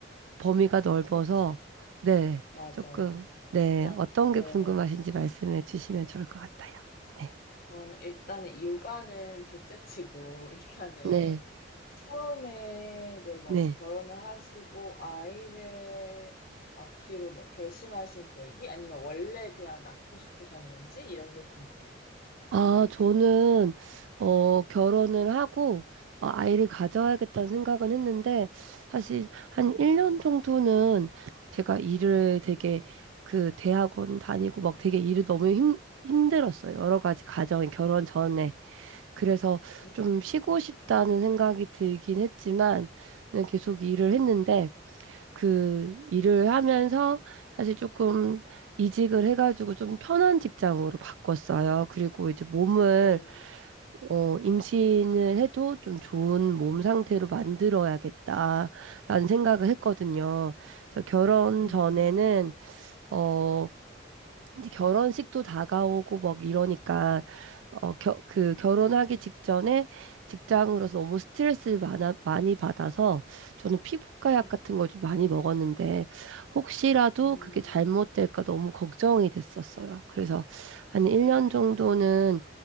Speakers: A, on the right; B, on the left.
A: 범위가 넓어서
B: 그쵸.
A: 네,
B: 맞아요.
A: 조금 네,
B: 전,
A: 어떤
B: 네.
A: 게 궁금하신지 말씀해 주시면 좋을 것 같아요. 네.
B: 저는 일단은 육아는 둘째 치고, <laughs> 일단은
A: 네.
B: 처음에 이제 뭐
A: 네.
B: 결혼을 하시고 아이를 낳기로 뭐 결심하신 계기? 아니면 원래 그냥 낳고 싶으셨는지? 이런 게 궁금해요.
A: 아, 저는, 어, 결혼을 하고, 어, 아이를 가져야겠다는 생각은 했는데, 사실 한
B: 음,
A: 1년 정도는 제가 일을 되게, 그, 대학원 다니고 막 되게 일을 너무 힘, 힘들었어요. 여러 가지 가정이 결혼 전에. 그래서
B: 네.
A: 좀 쉬고 싶다는 생각이 들긴 했지만, 네, 계속 일을 했는데, 그 일을 하면서 사실 조금 이직을 해가지고 좀 편한 직장으로 바꿨어요. 그리고 이제 몸을
B: 네.
A: 어, 임신을 해도 좀 좋은 몸 상태로 만들어야겠다라는 생각을 했거든요. 그래서 결혼
B: 음,
A: 전에는 어, 이제 결혼식도 다가오고 막 이러니까 어, 겨, 그 결혼하기 직전에 직장으로서 너무 스트레스를 많아, 많이 받아서 저는 피부과 약
B: 음,
A: 같은 걸 좀 많이 먹었는데 혹시라도
B: 음,
A: 그게 잘못될까 너무 걱정이 됐었어요. 그래서 한 1년
B: 네.
A: 정도는